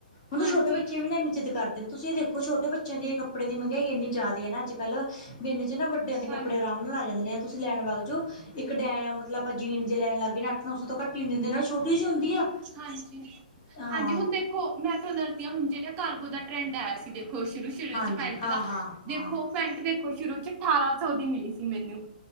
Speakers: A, on the left; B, on the right.
A: ਹੁਨ ਤੋਂ
B: ਹਾਂਜੀ,
A: ਛੋਟੇ ਬੱਚੇ ਵੀ ਨਾ ਇੰਨੀ ਜਿੱਦ ਕਰਦੇ ਨ ਤੁਸੀਂ ਦੇਖੋ ਕੁ ਛੋਟੇ ਬੱਚਿਆਂ ਦੇ ਕੱਪੜੇ ਦੀ ਮਹਿੰਗਾਈ ਏਨੀਂ ਜ਼ਿਆਦੇ ਅ ਨਾ ਅੱਜ ਕੱਲ ਵੀ ਇੰਨੇ'ਚ ਨਾ ਵੱਡੇਆਂ
B: ਹਾਂਜੀ,
A: ਦੇ ਕੱਪੜੇ ਆਰਾਮ ਨਾਲ ਆ ਜਾਂਦੇ ਨੇ ਤੁਸੀਂ ਲੈਣ ਵਗ ਜੋ ਇੱਕ <unintelligible> ਮਤਲਬ ਜੀਨ ਜੇ ਲੈਣ ਲੱਗ ਨਾ ਅੱਠ ਨੌ ਸੌ ਤੋਂ ਘੱਟ ਨੀ ਦਿੰਦੇ ਨਾਲੇ ਛੋਟੀ ਜੀ ਹੁੰਦੀ ਆ।
B: ਹਾਂਜੀ,
A: ਹਾਂ
B: ਹਾਂਜੀ ਹੁਨ ਦੇਖੋ ਮੈਂ ਤੁਆਨੂੰ ਦੱਸਦੀ ਆ ਹੁਨ ਜਿਵੇਂ ਕਾਰਗੋ ਦਾ ਟਰੈਂਡ ਆਇਆ ਸੀ ਦੇਖੋ ਸ਼ੁਰੂ ਸ਼ੁਰੂ
A: ਹਾਂਜੀ
B: ਚ ਪੈਂਟ
A: ਹਾਂ
B: ਦਾ
A: ਹਾਂ ਹਾਂ
B: ਦੇਖੋ ਪੈਂਟ ਦੇਖ ਸ਼ੁਰੂ 'ਚ ਅਠਾਰਾਂ ਸੌ ਦੀ ਮਿਲੀ ਸੀ ਮੈਨੂੰ,